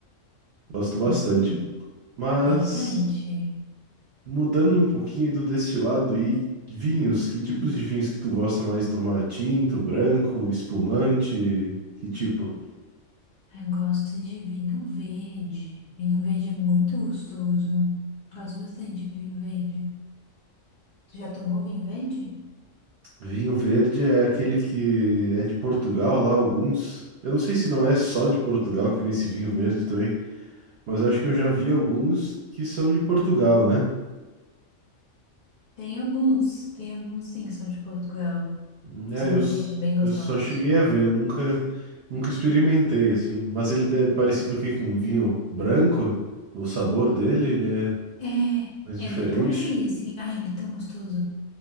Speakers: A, on the right; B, on the left.
A: Gosto bastante.
B: hum,
A: Mas
B: interessante.
A: Mudando um pouquinho do destilado e vinhos, que tipos
B: Hum.
A: de vinhos que tu gosta mais de tomar? Tinto, branco, espumante? Que tipo?
B: Eu gosto de vinho verde. Vinho verde é muito gostoso. Gosto bastante de vinho verde. Tu já tomou vinho verde?
A: Vinho verde é aquele que é de Portugal lá, alguns. Eu não sei se não é só de Portugal que vem esse vinho verde também, mas acho que eu já vi alguns que são de Portugal, né?
B: Tem alguns, tem alguns sim que são de Portugal.
A: Hum, É,
B: São
A: eu,
B: bem,
A: s-
B: go- bem gostosos.
A: eu só cheguei a ver, nunca, nunca experimentei assim. Mas ele é parecido o quê com um vinho branco? O sabor dele, ele é
B: É,
A: mais
B: ele
A: diferente.
B: é por aí, assim. Ai, ele é tão gostoso.